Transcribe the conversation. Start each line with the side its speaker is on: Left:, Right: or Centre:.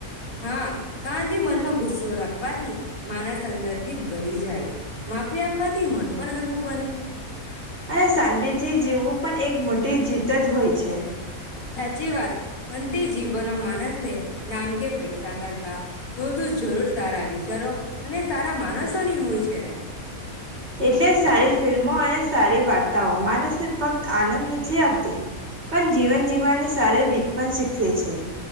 Left: હા કારણ કે મનમાં ગુસ્સો રાખવાથી માનસ અંદરથી જ ભરી જાય. માફી આપવાથી મન પણ હરવું બને.
Right: અને સંડે થી જેવું પણ એક મોટી જીત જ હોય છે.
Left: સાચી વાત અંતે જીવનવા માનર ને નામ કે પૈસા કરતા <unintelligible> વધુ જરૂર સારા વિચારો અને સારા માણસોની હોય છે.
Right: એટલે સારી ફિલ્મો અને સારી વાર્તાઓ માણસને ફક્ત આનંદ નથી આપતી પણ જીવન જીવવાની સારી રીત પણ શીખવે છે.